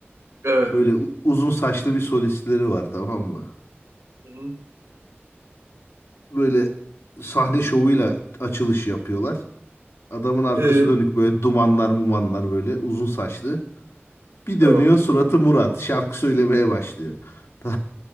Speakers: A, on the right (about 80°); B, on the left (about 80°).
A: Evet.
B: Böyle u- uzun saçlı bir solistleri var tamam mı?
A: Hı hı.
B: Böyle sahne şovuyla açılış yapıyorlar. Adamın arkası
A: E,
B: dönük böyle dumanlar mumanlar böyle uzun saçlı. Bir
A: tamam.
B: dönüyor suratı Murat. Şarkı söylemeye başlıyor. <laughs>